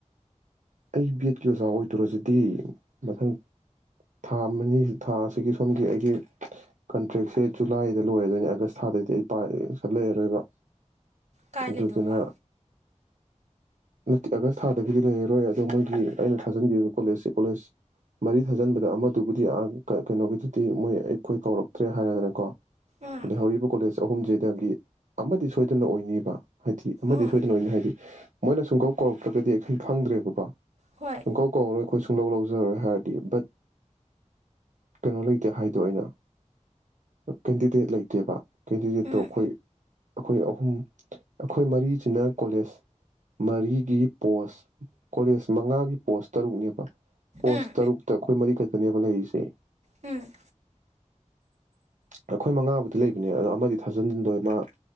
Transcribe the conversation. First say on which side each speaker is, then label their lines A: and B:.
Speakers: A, on the right; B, on the right.
A: ꯑꯩ ꯕꯦꯠꯀꯤ ꯑꯣꯖꯥ ꯑꯣꯏꯗꯨꯔꯁꯤꯗꯤ ꯃꯊꯪ꯫ ꯊꯥ ꯑꯃꯅꯤ ꯊꯥ ꯑꯁꯤꯒꯤ ꯁꯣꯝꯒꯤ ꯑꯩꯒꯤ ꯀꯟꯇ꯭ꯔꯦꯛꯁꯦ ꯖꯨꯂꯥꯏꯗ ꯂꯣꯏꯔꯗꯣꯏꯅꯤ ꯑꯥꯒꯁ ꯊꯥ ꯑꯗꯩꯗꯤ ꯄꯥꯛ ꯁꯤꯗ ꯂꯩꯔꯔꯣꯏꯕ꯫
B: ꯀꯥꯏ
A: ꯑꯗꯨꯗꯨꯅ
B: ꯂꯩꯗꯣꯕ꯫
A: ꯅꯠꯇꯦ ꯑꯥꯒꯁ ꯊꯥꯗꯒꯤꯗꯤ ꯂꯩꯔꯔꯣꯏ ꯑꯗꯣ ꯃꯣꯏꯒꯤ ꯑꯩꯅ ꯊꯥꯖꯤꯟꯒꯤꯕ ꯀꯣꯂꯦꯖꯁꯦ ꯀꯣꯂꯦꯖ ꯃꯔꯤ ꯊꯥꯖꯤꯟꯕꯗ ꯑꯃꯗꯨꯕꯨꯗꯤ ꯑ ꯀꯩꯅꯣꯒꯤꯗꯨꯗꯤ ꯃꯣꯏ ꯑꯩꯈꯣꯏ ꯀꯧꯔꯛꯇ꯭ꯔꯦ ꯍꯥꯏꯔꯗꯅꯀꯣ꯫
B: ꯎꯝ
A: ꯂꯩꯍꯧꯔꯤꯕ ꯀꯣꯂꯦꯖ ꯑꯍꯨꯝꯁꯤꯗꯒꯤ ꯑꯃꯗꯤ ꯁꯣꯏꯗꯅ ꯑꯣꯏꯅꯤꯕ꯫ ꯍꯥꯏꯗꯤ ꯑꯃꯗꯤ
B: ꯎꯝ
A: ꯁꯣꯏꯗꯅꯅꯤ ꯍꯥꯏꯗꯤ ꯃꯣꯏꯅ ꯁꯨꯡꯀꯥꯎ ꯀꯧꯔꯛꯇ꯭ꯔꯒꯗꯤ ꯑꯩꯈꯣꯏ ꯈꯪꯗ꯭ꯔꯦꯕꯀꯣ꯫
B: ꯍꯣꯏ
A: ꯁꯨꯡꯀꯧ ꯀꯧꯔꯣꯏ ꯑꯩꯈꯣꯏ ꯁꯨꯡꯂꯧ ꯂꯧꯖꯔꯣꯏ ꯍꯥꯏꯔꯗꯤ ꯕꯠ ꯀꯩꯅꯣ ꯂꯩꯇꯦ ꯍꯥꯏꯗꯣ ꯑꯩꯅ ꯀꯦꯟꯗꯤꯗꯦꯠ ꯂꯩꯇꯦꯕ꯫ ꯀꯦꯟꯗꯤꯗꯦꯠꯇꯣ
B: ꯎꯝ
A: ꯑꯩꯈꯣꯏ ꯑꯩꯈꯣꯏ ꯑꯍꯨꯝ ꯑꯩꯈꯣꯏ ꯃꯔꯤꯁꯤꯅ ꯀꯣꯂꯦꯖ ꯃꯔꯤꯒꯤ ꯄꯣꯁ ꯀꯣꯂꯦꯖ ꯃꯉꯥꯒꯤ ꯄꯣꯁ ꯇꯔꯨꯛꯅꯦꯕ꯫ ꯄꯣꯁ
B: ꯎꯝ
A: ꯇꯔꯨꯛꯇ ꯑꯩꯈꯣꯏ ꯃꯔꯤꯈꯛꯇꯅꯦꯕ ꯂꯩꯔꯤꯁꯦ꯫
B: ꯎꯝ꯫
A: ꯑꯩꯈꯣꯏ ꯃꯉꯥꯕꯨꯗꯤ ꯂꯩꯕꯅꯦ ꯑꯗꯣ ꯑꯃꯗꯤ ꯊꯥꯖꯤꯟꯗꯣꯏ ꯃꯥ